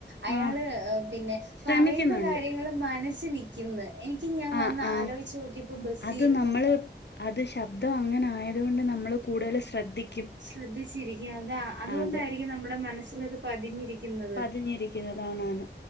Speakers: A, on the right; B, on the left.
A: അയാള്
B: ആ
A: പിന്നെ
B: ശ്രമിക്കുന്നുണ്ട്
A: പറയുന്ന കാര്യങ്ങളും മന ചിക്ന്ന് എനിക്ക് ഞാൻ
B: ആ
A: വന്ന്
B: ആ
A: ആലോചിച്ചു നോക്കിപ്പോ ബസ്സിൽ
B: അത്
A: ഇരുന്നോക്കെ
B: നമ്മള് അത് ശബ്ദം അങ്ങനെ ആയതുകൊണ്ട് നമ്മൾ കൂടുതൽ ശ്രദ്ധിക്ക
A: ശ്രദ്ധിച്ചിരിക്കും അതാ അതുകൊണ്ടായിരിക്കും
B: അതെ
A: നമ്മുടെ മനസ്സൽ അത് പതിഞ്ഞിരിക്കുന്നത്
B: പതിഞ്ഞിരിക്കുന്നതാണാണ്